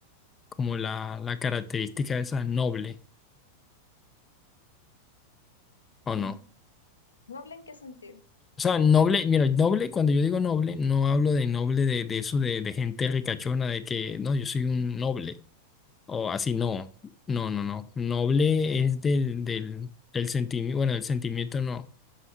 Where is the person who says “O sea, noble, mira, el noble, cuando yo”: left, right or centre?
Left